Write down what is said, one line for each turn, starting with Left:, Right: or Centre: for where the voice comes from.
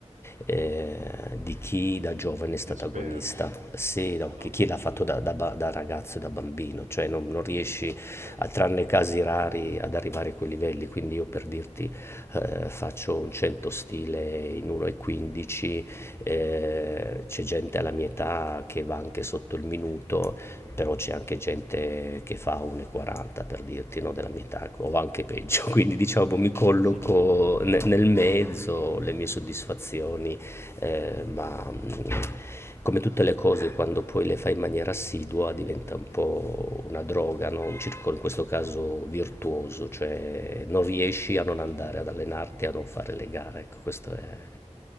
Left: eh, di chi da giovane
Right: degli
Left: è stato
Right: esperti.
Left: agonista, sì, no,
Right: Ah,
Left: chi, chi l'ha fatto da, da ba- da ragazzo e da bambino, cioè non, non riesci,
Right: certo.
Left: a, tranne casi rari, ad arrivare a quei livelli. Quindi io per dirti eh, faccio un 100 stile in 1,15, eh, c'è gente alla mia età che va anche sotto il minuto però c'è anche gente che fa 1,40 per dirti, no, della mia età, o anche peggio, <laughs> quindi diciamo mi colloco
Right: <laughs>
Left: ne- nel mezzo, le mie soddisfazioni, eh, ma mh, come tutte le cose quando poi le fai in maniera assidua diventa un po' una droga, no? Un circolo in questo caso virtuoso, cioè non riesci a non andare ad allenarti, a non fare le gare, ecco, questo è...